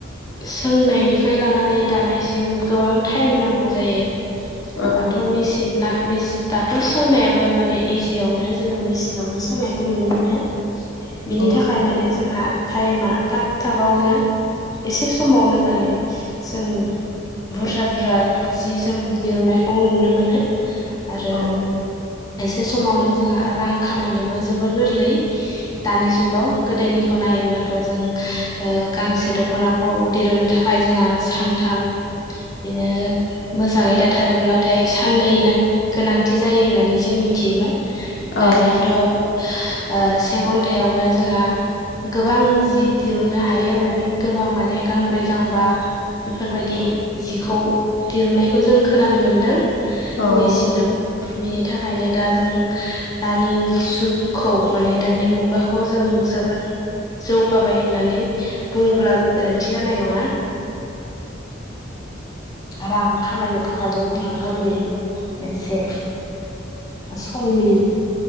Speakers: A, on the left; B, on the left.
A: सोंनायनिफ्राय लानानै दानायसिम गोबां टाइम नांगौ जायो ।
B: औ
A: दाथ मिसिन ना दाथ' सोंनायाबो माने इजियावनो जोङो मेचिनावनो सोंनायखौ नुनो मोनो । बिनि
B: औ
A: थाखाय माने जोंहा टाइमा थाब थाबावनो एसे समावनो माने जों बुरजा बुरजा जि जोम दिरुननायखौ नुनो मोनो । आरो
B: औ
A: एसे समावनो जोंहा रां खामायनोबो जोबोर गोरलै दानि जुगाव गोदोनिखौ नाय नायायोब्लाथ' जों ओ गांसे दख'नाखौ दिरुननो थाखाय जोंहा सानथाम बेनो मोजाङै दाथारोब्लाथाय साननै ना गोनांथि जायो होननानै जों मिथियोमोन दानियाथ'
B: औ
A: <inaudible> ओ से घन्टायावनो जोंहा गोबां जि दिरुननो हायो माने गोबां माने गांब्रै गांबा बेफोरबायदि जिखौ दिरुननायखौ जों खोनानो मोन्दों
B: औ
A: मेसिनाव बिनि थाखायनो दा जों दानि जुगखौ माने दानि मुगाखौ जों जोबोद जौगाबाय होननानै बुंब्लाबो गोरोन्थि जानाय नङा। रां खामायनो थाखायबो जोंहा गोरलै । मोनसे सम'नि